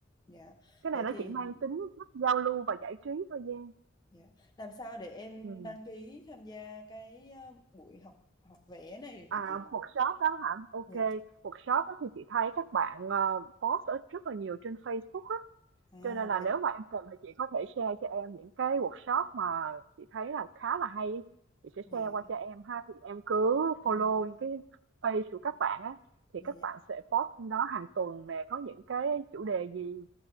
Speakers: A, on the left; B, on the right.
A: dạ
B: cái này
A: vậy
B: nó
A: thì
B: chỉ mang tính giao lưu và giải trí thôi Giang.
A: dạ. làm sao để em
B: Ừ.
A: đăng ký tham gia cái ờ, buổi học học vẽ này
B: À,
A: vậy chị
B: workshop đó hả? Ok,
A: dạ
B: workshop đó thì chị thấy các bạn ờ, post ở rất là nhiều trên Facebook á,
A: à
B: cho nên là
A: vậy
B: nếu mà em cần thì chị có thể share cho em những cái workshop mà chị thấy là khá là hay, á. chị sẽ
A: dạ
B: share qua cho em ha, thì em cứ follow
A: à
B: những cái page của các bạn á, thì
A: dạ
B: các
A: dạ
B: bạn sẽ post trong đó hàng tuần nè, có những cái chủ đề gì